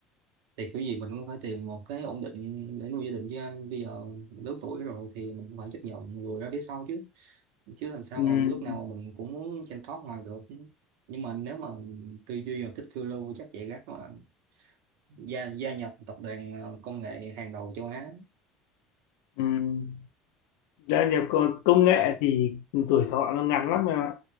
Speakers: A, on the right; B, on the left.
A: thì kiểu gì mình cũng phải tìm một cái ổn định để nuôi gia đình chứ anh bây giờ lớn tuổi rồi thì mình cũng phải chấp nhận lùi ra phía sau chứ chứ làm sao
B: Ừm,
A: mà lúc nào mình cũng muốn trên top ngoài được nhưng mà nếu mà tư duy mà thích phiêu lưu chắc chạy gắt mà gia gia nhập tập đoàn ờ, công nghệ hàng đầu châu Á
B: ừm. gia nhập công công nghệ thì tuổi thọ nó ngắn lắm em ạ